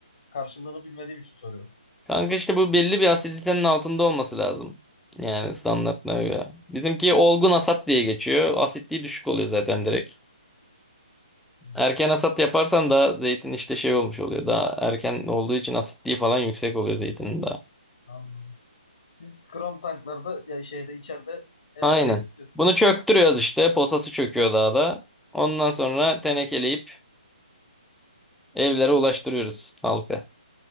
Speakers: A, on the left; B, in the centre.
A: karşılığını bilmediğim için soruyorum.
B: Kanka işte bu belli bir asiditenin altında olması lazım. Yani standartlara göre. Bizimki olgun asat diye geçiyor. Asitliği düşük oluyor zaten direkt.
A: Hı,
B: Erken asat yaparsan da zeytin işte şey olmuş oluyor. Daha erken olduğu için asitliği falan yüksek oluyor zeytinin daha.
A: Anladım. Siz krom tanklarda ya şeyde içeride evde
B: Aynen.
A: bekletiyorsun.
B: Bunu çöktürüyoruz işte. Posası çöküyor daha da. Ondan sonra tenekeleyip evlere ulaştırıyoruz halka.